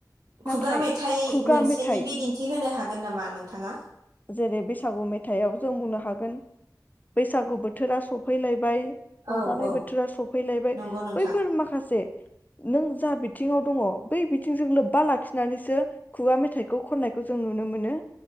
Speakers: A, on the left; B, on the right.
A: नाथाय
B: खुगा मेथाइ
A: खुगा
B: मोनसेनि
A: मेथाइ
B: बिदिन थिहोनो हागोन नामा नोंथाङा?
A: जेरै बैसागु मेथाइआव जों बुंनो हागोन बैसागु बोथोरा सफैलायबाय रंजानाय
B: औ औ
A: बोथोरा सफैलायबाय
B: नंगौ नोंथां
A: बैफोर माखासे नों जा बि थिङाव दङ बै बिथिंजों लोब्बा लाखिनानैसो खुगा मेथाइ खौ खननायखौ जों नुनो मोनो।